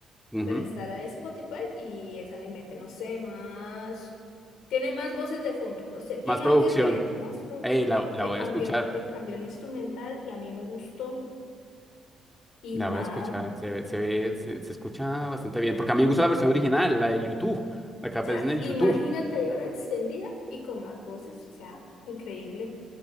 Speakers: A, in the centre; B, on the left.
A: Ujú.
B: Pero está la de Spotify y esa le mete, no sé, más. Tiene más voces de fondo, no sé, tiene
A: Más producción.
B: algo diferente, más producción.
A: Eh, la,
B: Le,
A: la
B: le
A: voy
B: cambió,
A: a escuchar.
B: le cambió el instrumental y a mí me gustó. Y
A: La
B: nada,
A: voy a escuchar,
B: o
A: se ve, se ve, se, se escucha bastante bien, porque a mí me gusta la versión original, la de YouTube, la que
B: sea,
A: aparece en el
B: imagínate
A: YouTube,
B: ahí ahora extendida y con más voces, o sea, increíble.